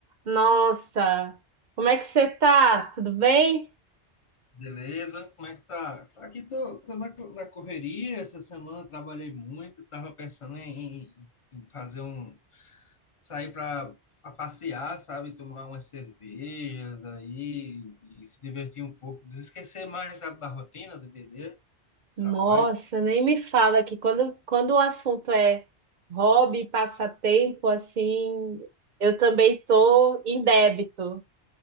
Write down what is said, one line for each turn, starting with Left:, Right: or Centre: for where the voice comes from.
Right: Nossa, como é que você tá? Tudo bem?
Left: Beleza? Como é que tá? Tá Aqui tô, tô na, co- na correria essa semana, eu trabalhei muito, tava pensando em, em- em fazer um, sair para passear, sabe? Tomar umas cervejas aí e se divertir um pouco, desesquecer mais, sabe, da rotina do DD,
Right: Nossa,
Left: trabalho.
Right: nem me fala que quando, quando o assunto é hobby, passatempo, assim, eu também tô em débito,